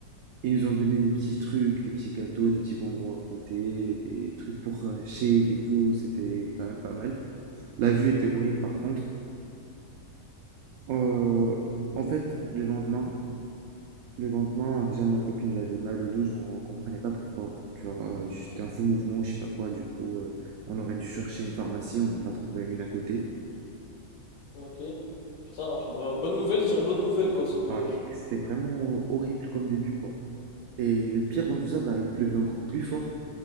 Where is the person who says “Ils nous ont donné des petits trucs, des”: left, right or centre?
Right